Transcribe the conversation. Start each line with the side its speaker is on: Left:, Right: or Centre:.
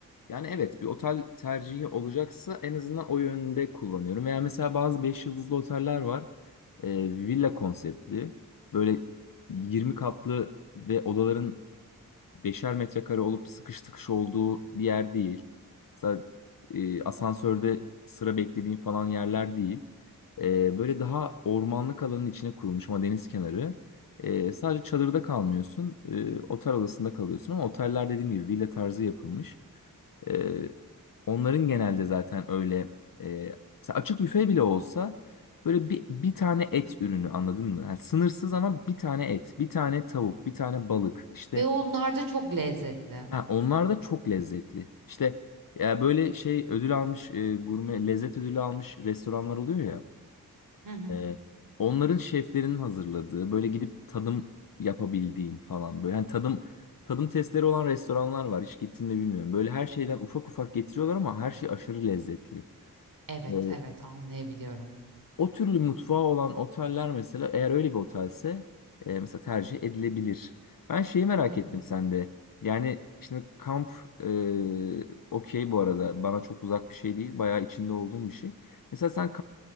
Left: Yani evet bir otel tercihi olacaksa en azından o yönde kullanıyorum. Veya mesela bazı 5 yıldızlı oteller var. Ee, villa konseptli. Böyle 20 katlı ve odaların beşer metrekare olup sıkış tıkış olduğu bir yer değil. Mesela e, asansörde sıra beklediğin falan yerler değil. Ee, böyle daha ormanlık alanın içine kurulmuş ama deniz kenarı. Ee, sadece çadırda kalmıyorsun. Ee, otel odasında kalıyorsun ama oteller dediğim gibi villa tarzı yapılmış. Ee, onların genelde zaten öyle e, mesela açık büfe bile olsa böyle bir, bir tane et ürünü anladın mı? Yani sınırsız ama bir tane et, bir tane tavuk, bir tane balık işte
Right: Ve onlar da çok lezzetli.
Left: ha, onlar da çok lezzetli. İşte ya böyle şey ödül almış e, gurme lezzet ödülü almış restoranlar oluyor ya.
Right: Hı hı.
Left: Ee, onların şeflerinin hazırladığı böyle gidip tadım yapabildiğin falan böyle hani tadım tadım testleri olan restoranlar var hiç gittin mi bilmiyorum. Böyle her şeyden ufak ufak getiriyorlar ama her şey aşırı lezzetli.
Right: Evet,
Left: Ee,
Right: evet anlayabiliyorum.
Left: o türlü mutfağı olan oteller mesela eğer öyle bir otelse e, mesela tercih edilebilir. Ben şeyi merak
Right: Hı hı.
Left: ettim sende. Yani şimdi kamp e, okey bu arada bana çok uzak bir şey değil bayağı içinde olduğum bir şey. Mesela sen